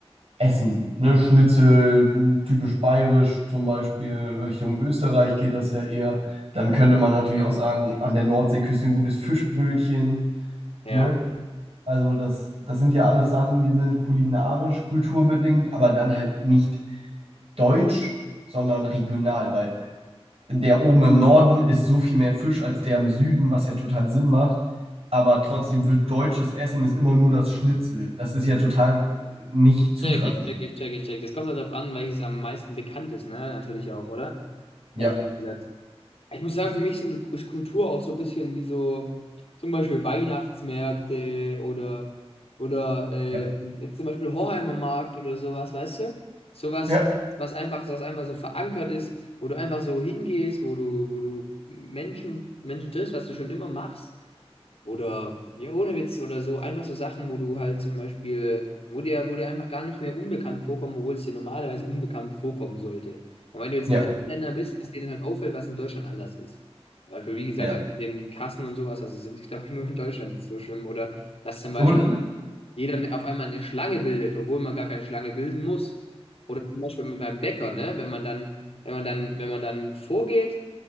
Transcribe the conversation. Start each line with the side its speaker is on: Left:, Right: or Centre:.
Right: Essen. Ne? Schnitzel, m, typisch bayerisch zum Beispiel, Richtung Österreich geht das ja eher. Dann könnte man natürlich auch sagen, an der Nordseeküste ein gutes Fischbrötchen.
Left: Ja.
Right: Ne? Also das, das sind ja alles Sachen, die sind kulinarisch, kulturbedingt, aber dann halt nicht deutsch, sondern regional, weil der oben im Norden ist so viel mehr Fisch als der im Süden, was ja total Sinn macht. Aber trotzdem wird deutsches Essen ist immer nur das Schnitzel. Das ist ja total äh, nicht zutreffend.
Left: check, ich check, ich check, ich check. Das kommt halt darauf an, welches am meisten bekannt ist, ne? Natürlich auch, oder? Hätte
Right: Ja.
Left: ich gesagt. Ich muss sagen, für mich sind, ist Kultur auch so ein bisschen wie so zum Beispiel Weihnachtsmärkte oder, oder ähm,
Right: Ja.
Left: jetzt zum Beispiel Hoheimer Markt oder sowas, weißt du? Sowas,
Right: Ja.
Left: was einfach, was einfach so verankert ist, wo du einfach so hingehst, wo du, wo du Menschen, Menschen triffst, was du schon immer machst. Oder, ja, ohne Witz oder so, einfach so Sachen, wo du halt zum Beispiel, wo dir, wo dir einfach gar nicht mehr unbekannt vorkommen, obwohl es dir normalerweise unbekannt vorkommen sollte. Und wenn du jetzt
Right: Ja.
Left: in anderen Ländern bist, dass dir dann halt auffällt, was in Deutschland anders ist. Zum Beispiel, wie gesagt,
Right: Ja.
Left: das mit dem Kassen und sowas, also sind, glaube <laughs> ich, nur in Deutschland so schlimm. Oder dass zum Beispiel
Right: Oder?
Left: jeder ne- auf einmal eine Schlange bildet, obwohl man gar keine Schlange bilden muss. Oder zum Beispiel mit meinem Bäcker, ne? Wenn man dann, wenn man dann, wenn man dann vorgeht